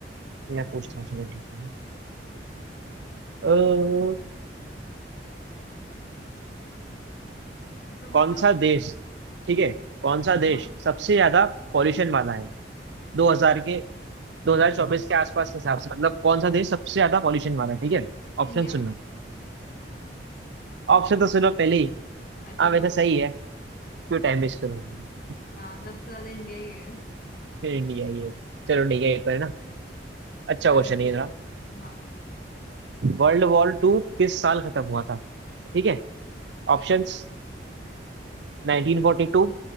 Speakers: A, on the right (about 75°); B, on the left (about 55°).
A: मैं पूछता हूँ चलो ठीक है अ, हम्म,
B: पूछो
A: कौन
B: पूछो
A: सा देश ठीक है कौन सा देश
B: हाँ
A: सबसे ज्यादा पॉल्यूशन वाला है 2000 के 2024 के आसपास के हिसाब से मतलब कौन सा देश सबसे ज्यादा पॉल्यूशन वाला है ठीक है
B: इंडिया
A: ऑप्शन सुनना
B: <laughs>
A: ऑप्शन तो सुनो पहले ही
B: अच्छा
A: हाँ वैसे
B: बोलो
A: सही है क्यों टाइम वेस्ट करूंगा
B: हाँ सबसे ज्यादा इंडिया ही है
A: <laughs> इंडिया ये चलो ठीक है एक बार ना अच्छा
B: चलो
A: क्वेश्चन
B: ठीक
A: है ये जरा
B: हाँ
A: वर्ल्ड वॉर टू किस साल खत्म हुआ था ठीक है
B: ठीक
A: ऑप्शंस
B: है
A: 1942